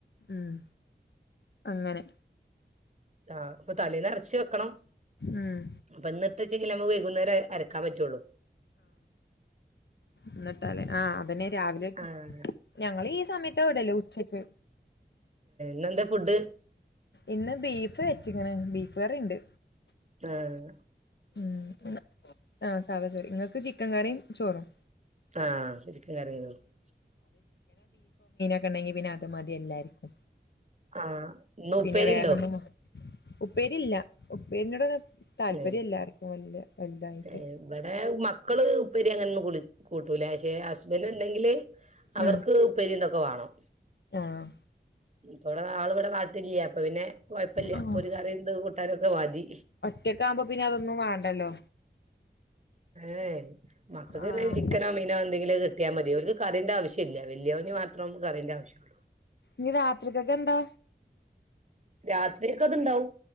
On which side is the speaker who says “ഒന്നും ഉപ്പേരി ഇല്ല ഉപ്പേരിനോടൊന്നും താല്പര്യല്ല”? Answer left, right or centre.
Left